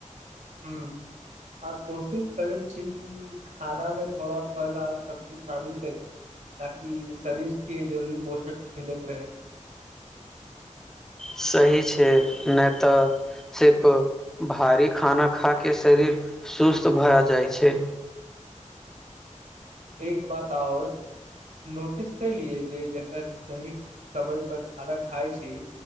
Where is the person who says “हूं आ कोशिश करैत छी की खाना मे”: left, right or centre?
Right